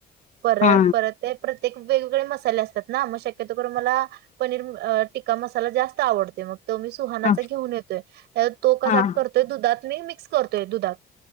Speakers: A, on the right; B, on the left.
A: पर
B: हा
A: परत ते प्रत्येक वेगवेगळे मसाले असतात ना. मग शक्यतो करून मला, पनीर टिक्का मसाला जास्त आवडतोय. तो मग मी सुहानाचा
B: हा
A: घेऊन येतोय. तो कसा
B: हा
A: कर दुधात मी मिक्स करतोय, दुधात.